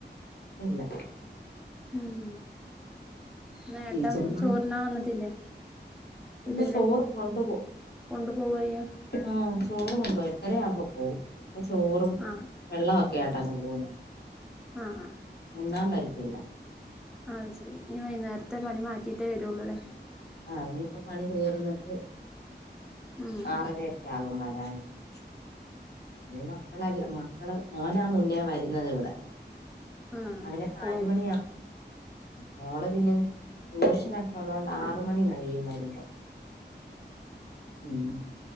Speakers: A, on the left; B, in the centre.
A: ഇല്ല
B: ഉം ഇനേട്ടൻ
A: ടീച്ചർമാര്
B: ചോറിനാ വന്നിട്ടില്ലേ
A: ഇല്ല
B: വരൂലേ
A: ചോറ് കൊണ്ടു പോകും
B: കൊണ്ടു പോവയ്യ
A: ആഹ് ചോറും കൊണ്ടവും എട്ടരയാവുമ്പോ പോകവും അപ്പൊ ചോറും
B: ആഹ്
A: വെള്ളമൊക്കെ ആയിട്ട് അങ്ങ് പോകുന്നത്
B: ആഹ് ആഹ്
A: ഉണ്ണാൻ വരുത്തില്ല
B: ആഹ് ശരി ഇനീ വൈകുന്നേരത്തെ പണി മാറ്റിട്ടേ വരുള്ളൂ അല്ലേ
A: ആഹ് ഇനിയിപ്പ പണി തീർന്നിട്ട്
B: ഉം
A: ആറരക്ക യാകും വരാൻ <unintelligible> മക്കളല്ല മക്കള് മോനാ മുന്നേ വരുന്നുന്നത് ഇവിടെ
B: ആഹ്
A: അവന് നാലുമണി
B: പോവും
A: മോള് പിന്നെ ട്യൂഷന് ഒക്കെ ഉള്ളതൊണ്ട് ആറ് മണി കഴിയും വരുമ്പോ ഉം